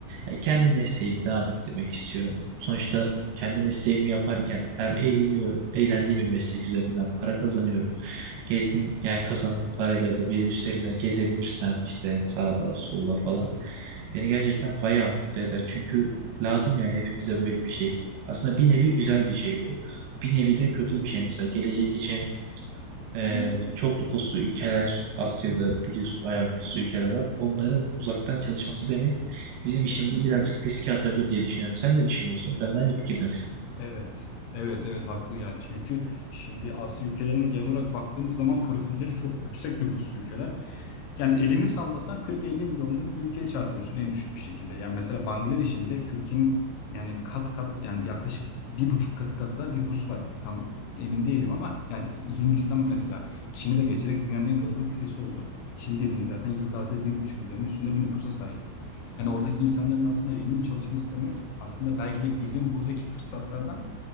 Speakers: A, on the right; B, on the left.
A: ya, kendi mesleğimi devam ettirmek istiyorum. Sonuçta kendi mesleğimi yaparken hem eğleniyorum, eğlendiğim bir meslek üzerinden para kazanıyorum. Gezdiğim, yani kazandığım parayla da bir üstlerine gezebilirsem işte sağda, solda falan beni gerçekten bayağı mutlu eder. Çünkü lazım yani hepimize böyle bir şey. Aslında bir nevi güzel bir şey bu. Bir nevi de kötü bir şey. Mesela gelecek için ee, çok nüfuslu ülkeler Asya'da biliyorsun bayağı nüfuslu ülkeler var. Onların uzaktan çalışması demek bizim işimizi birazcık riske atabilir diye düşünüyorum. Sen ne düşünüyorsun? Ben de aynı fikirde misin?
B: Evet. Evet evet haklı ya. Çünkü şimdi Asya ülkelerine genel olarak baktığımız zaman profilleri çok yüksek nüfuslu ülkeler. Yani elini sallasan 40-50 milyonluk bir ülkeye çarpıyorsun en düşük bir şekilde. Yani mesela Bangladeş'in bile Türkiye'nin yani kat kat yani bir yaklaşık bir buçuk katı kadar nüfusu var. Tam emin değilim ama yani Hindistan mesela Çin'i de geçerek dünyanın en kalabalık ülkesi oldu. Çin dediğin zaten yıllarda bir buçuk milyarın üstünde bir nüfusa sahip. Yani oradaki insanların aslında remote çalışması demek aslında belki de bizim buradaki fırsatlardan